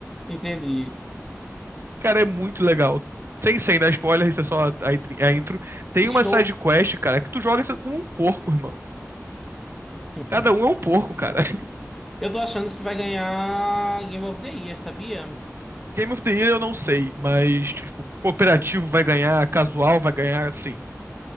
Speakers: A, in the centre; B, on the right.
A: Entendi.
B: Cara, é muito legal. Sem, sem dar spoiler, isso é só a, a, intro. Tem uma
A: Estou.
B: side quest, cara, que tu joga com um porco, irmão.
A: <laughs>
B: Cada um é um porco, cara. <laughs>
A: Eu tô achando que vai ganhar Game of the Year, sabia?
B: Game of the Year eu não sei, mas, tipo, cooperativo vai ganhar, casual vai ganhar, sim.